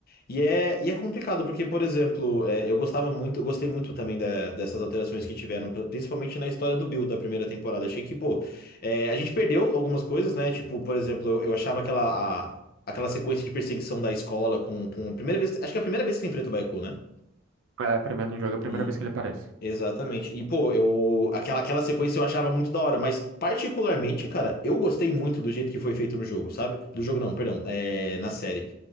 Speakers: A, on the left; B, on the right.
A: E é, e é complicado, porque, por exemplo, é, eu gostava muito, eu gostei muito também da- dessas alterações que tiveram, pr- principalmente na história do Bill da primeira temporada. Achei que, pô, é, a gente perdeu algumas coisas, né? Tipo, por exemplo, eu, eu achava aquela, a- aquela sequência de perseguição da escola com, com a primeira vez, acho que é a primeira vez que você enfrenta o Baiacu, né?
B: É, primeiro no jogo, é a
A: E,
B: primeira vez que ele aparece.
A: exatamente. E, pô, eu, aquela, aquela sequência eu achava muito da hora, mas particularmente, cara, eu gostei muito do jeito que foi feito no jogo, sabe? Do jogo não, perdão, é, na série.